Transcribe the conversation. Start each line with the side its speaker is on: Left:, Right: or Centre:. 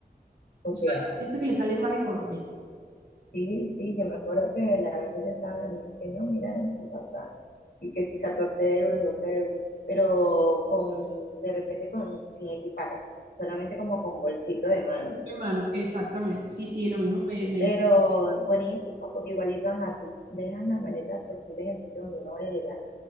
Left: Ok,
Right: O sea, ella dice que le sale más económico.
Left: sí, sí, yo me acuerdo que la vez que yo estaba, me dije, no, mira este pasaje, y que sí, 14 euros, 12 euros, pero con, de repente con, sin equipaje, solamente como con bolsito de mano.
Right: Sí, Hermano, exactamente. Sí, sí, lo mismo me, me
Left: Pero
Right: dice.
Left: buenísimo, porque igualito ajá, tú dejas la maleta por si en el sitio donde uno va a llegar,